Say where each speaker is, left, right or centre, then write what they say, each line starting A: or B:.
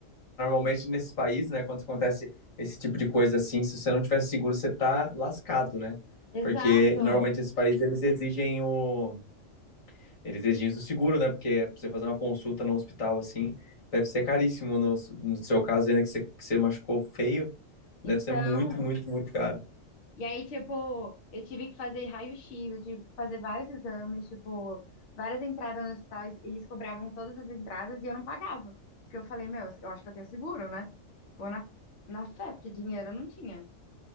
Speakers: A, on the left; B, on the left.
A: normalmente nesses países, né, quando acontece esse tipo de coisa assim, se você não tiver seguro, você tá lascado, né? Porque
B: Exato.
A: normalmente esses países eles exigem o eles exigem o seguro, né? Porque pra você fazer uma consulta no hospital assim, deve ser caríssimo no, no seu caso, ainda que você, que você machucou feio, deve
B: Então,
A: ser muito, muito, muito caro.
B: e aí, tipo, eu tive que fazer raio-x, eu tive que fazer vários exames, tipo, várias entradas no hospital, eles cobravam todas as entradas e eu não pagava. Porque eu falei, meu, eu acho que eu tenho seguro, né? Pô, na, na fé, porque dinheiro eu não tinha.